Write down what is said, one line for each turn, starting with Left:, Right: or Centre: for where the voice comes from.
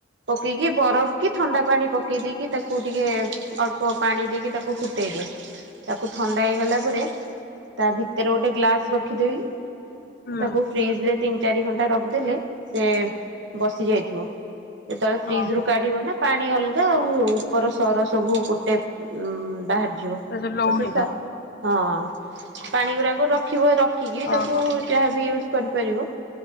Right: ପକେଇକି ବରଫ କି ଥଣ୍ଡା ପାଣି ପକେଇ ଦେଇକି ତାକୁ ଟିକେ ଅଳ୍ପ ପାଣି ଦେଇକି ତାକୁ ଫୁଟେଇଦିଏ।
Left: ହଁ
Right: ତାକୁ ଥଣ୍ଡା ହେଇଗଲା ପରେ ତା ଭିତରେ ଗୋଟେ ଗ୍ଲାସ୍ ରଖିଦେବି
Left: ହୁଁ
Right: ତାକୁ ଫ୍ରିଜ ରେ ତିନି ଚାରି ଘଣ୍ଟା ରଖିଦେଲେ ସେ ବସି ଯାଇଥିବ ଯେତେବେଳେ ଫ୍ରିଜ
Left: ଓହୋ
Right: ରୁ କାଢ଼ିବ ନା ପାଣି ଅଲଗା ଆଉ ଉପର ସର ସବୁ ଗୋଟେ ଉ ବାହାରି ଯିବ
Left: ତା ଯୋଉ ଲହୁଣୀ
Right: ତ ସେ ସ
Left: ଟା
Right: ହଁ। ପାଣି ଗୁରାକ ରଖିବ ରଖିକି
Left: ଓହୋ
Right: ତାକୁ ଯାହାବି ୟୁଜ କରିପାରିବ।